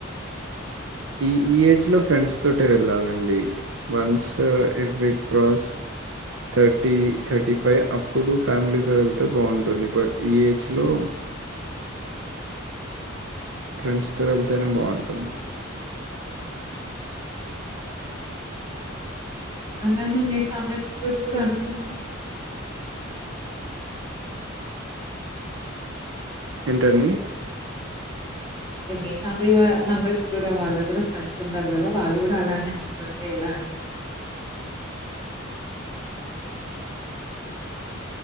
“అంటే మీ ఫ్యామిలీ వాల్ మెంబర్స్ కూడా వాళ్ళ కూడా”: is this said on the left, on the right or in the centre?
Right